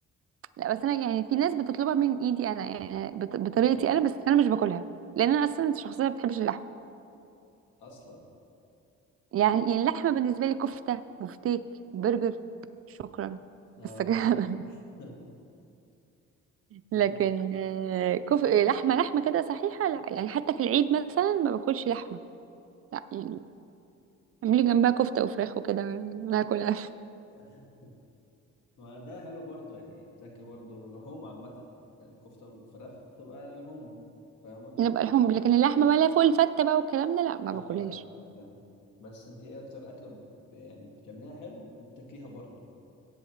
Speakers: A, on the right (about 50°); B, on the left (about 80°).
A: لا بس انا يعني في ناس بتطلبها من ايدي انا يعني بط- بطريقتي
B: آه،
A: انا بس انا مش باكلها لان انا اصلا شخصيه ما بتحبش اللحم
B: أصلا
A: يعني يعني اللحمه بالنسبه لي كفته بفتيك برجر شكرا
B: آه
A: بس كده <laughs>
B: <laughs> لكن
A: لكن آه، كف... لحمه لحمه كده صحيحه لا يعني حتى في العيد مثلا ما باكلش لحمه لا يعني اعملي جنبها كفته وفراخ وكده ناكلها
B: <laughs> ما ده حلو برضه يعني بتاكلي برضه لحوم عامة يعني الكفتة والفراخ تبقى لحوم فاهمة؟
A: نبقى لحوم لكن اللحمه ولا فول فته بقى والكلام ده لا ما
B: آه
A: باكلهاش
B: أيوه فهمت بس أنت إيه أكتر أكلة ب- يعني بتعمليها حلو وبتاكليها برضه